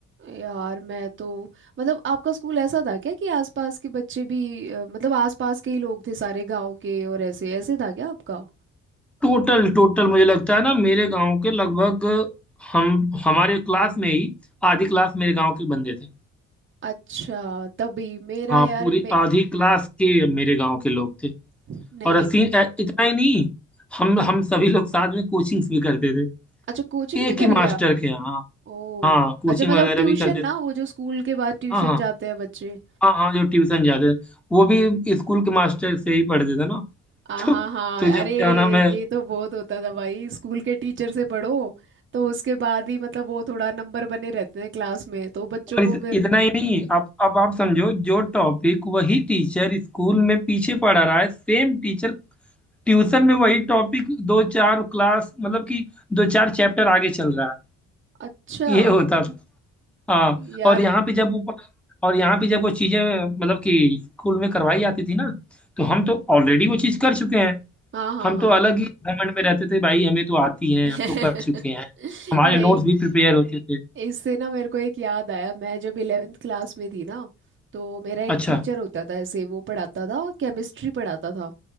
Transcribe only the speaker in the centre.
टोटल टोटल मुझे लगता है ना मेरे गांव के लगभग हम हमारे क्लास में ही आधी क्लास मेरे गांव के बंदे थे
हाँ
पूरी
आधी क्लास के मेरे गांव के लोग थे
और सीन ए- इतना ही नहीं हम हम सभी लोग साथ में कोचिंग्स भी करते थे
एक
ही मास्टर
के यहाँ
हाँ कोचिंग
वगैरह
भी करते
थे
हाँ हाँ
हाँ हाँ जो ट्यूशन जाते थे वो भी स्कूल के मास्टर से ही पढ़ते थे ना
तो
तो जब
क्या नाम है
और
इस,
इतना ही नहीं आप अब आप समझो जो टॉपिक वही टीचर स्कूल में पीछे पढ़ा रहा है सेम टीचर ट्यूशन में वही टॉपिक दो चार क्लास मतलब कि दो चार चैप्टर आगे चल रहा है
ये होता था हाँ
और यहाँ पे जब वो पढ़ा- और यहाँ पे जब वो चीजें मतलब कि स्कूल में करवाई जाती थी ना तो हम तो ऑलरेडी वो चीज कर चुके हैं
हम
तो अलग ही घमंड में रहते थे भाई हमें तो आती है
हम तो कर चुके हैं हमारे
नोट्स भी प्रिपेयर होते थे
अच्छा